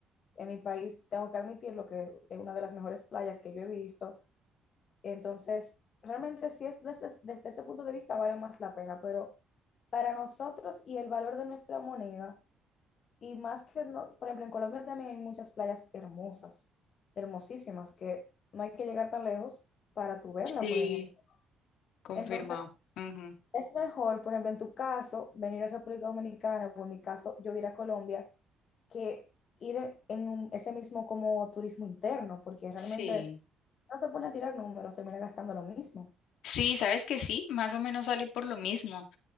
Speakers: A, on the left (about 50°); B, on the left (about 75°).
A: en mi país, tengo que admitirlo, que es una de las mejores playas que yo he visto entonces, realmente sí es desde, desde ese punto de vista vale más la pena, pero para nosotros y el valor de nuestra moneda, y más que, no- por ejemplo, en Colombia también hay muchas playas hermosas, hermosísimas, que no hay que llegar tan lejos para tu verla,
B: Sí,
A: por ejemplo.
B: confirmado.
A: Entonces,
B: Ujú,
A: es mejor, por ejemplo, en tu caso, venir a República Dominicana, o en mi caso, yo ir a Colombia, que ir en, en un- ese mismo como turismo interno, porque realmente
B: Sí.
A: no se pone a tirar números, termina gastando lo mismo.
B: Sí, sabes que sí, más o menos sale por lo mismo.